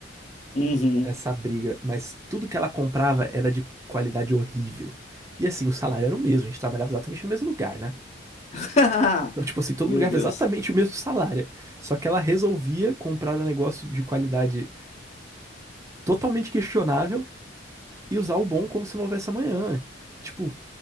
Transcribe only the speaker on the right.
essa briga, mas tudo que ela comprava era de qualidade horrível. E assim, o salário era o mesmo, a gente trabalhava exatamente no mesmo lugar, né?
Então, tipo assim, todo
mundo ganhava
exatamente o mesmo salário. Só que ela resolvia comprar um negócio de qualidade totalmente questionável e usar o bom como se não houvesse amanhã. Tipo,